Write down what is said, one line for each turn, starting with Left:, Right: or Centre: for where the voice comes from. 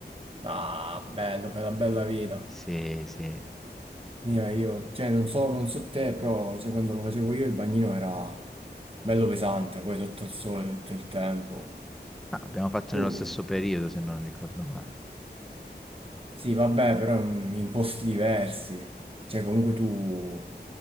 Right: Ah, bello, fai la bella vita.
Centre: Sì, sì.
Right: Io, io, cioè, non so, non so te, però, cioè, quando lo facevo io il bagnino era bello pesante, poi sotto il sole tutto il tempo.
Centre: Ah, abbiamo fatto
Right: Tu,
Centre: nello stesso periodo, se non ricordo male.
Right: Sì, vabbè, però in in posti diversi. Cioè, comunque tu